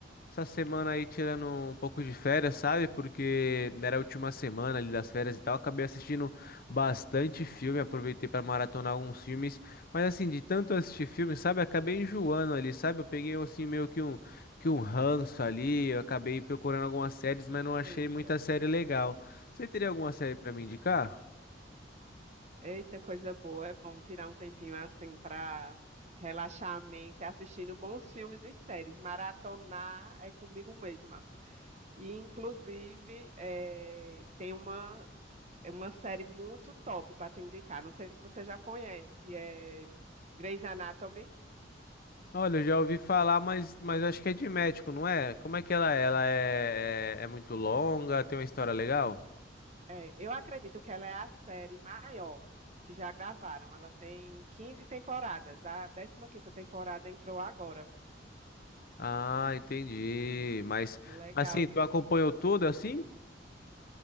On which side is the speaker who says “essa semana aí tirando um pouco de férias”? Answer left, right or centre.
Left